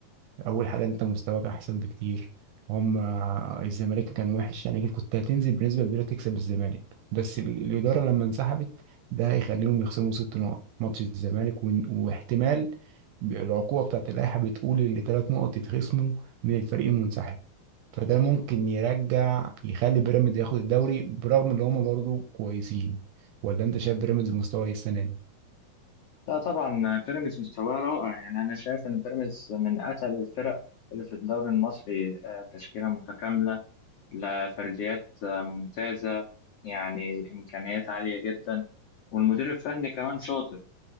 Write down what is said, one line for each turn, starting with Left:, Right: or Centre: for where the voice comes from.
Right: أول حاجة أنت مستواك أحسن بكتير هم الزمالك كان وحش يعني كنت هتنزل بنسبة كبيرة تكسب الزمالك بس ال- الإدارة لما انسحبت ده هيخليهم يخصموا ست نقط ماتش الزمالك وإن- واحتمال العقوبة بتاعت اللائحة بتقول اللي ثلاث نقط يتخصموا من الفريق المنسحب فده ممكن يرجع يخلي بيراميدز ياخد الدوري برغم ان هم برضه كويسين ولا انت شايف بيراميدز مستوى ايه السنه دي
Left: لا طبعا بيراميدز مستواه رائع يعني انا شايف ان بيراميدز من اتقل الفرق اللي في الدوري المصري آه، تشكيله متكامله لفرديات آه، ممتازه يعني امكانيات عاليه جدا والمدير الفني كمان شاطر